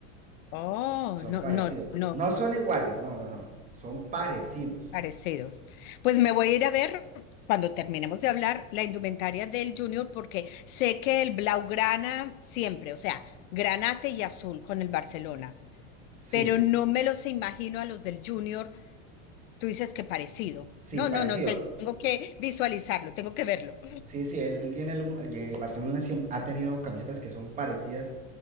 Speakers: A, on the left; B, on the right.
A: Oh,
B: Son
A: no,
B: parecidos.
A: no, no,
B: No son iguales, no, no, no. Son parecidos.
A: parecidos. Pues me voy a ir a ver cuando terminemos de hablar la indumentaria del Junior porque sé que el Blaugrana siempre, o sea, granate y azul con el Barcelona.
B: Sí,
A: pero no me los imagino a los del Junior. Tú dices que parecido.
B: sí,
A: No,
B: parecido.
A: no, no, tengo que visualizarlo, tengo que verlo.
B: Sí, sí, él, él tiene algún. oye, Barcelona siempre ha tenido camisetas que son parecidas